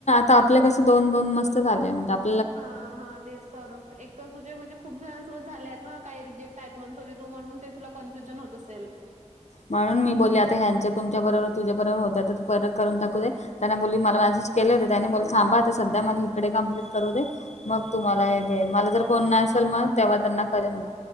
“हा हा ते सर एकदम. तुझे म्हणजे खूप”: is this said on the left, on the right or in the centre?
Right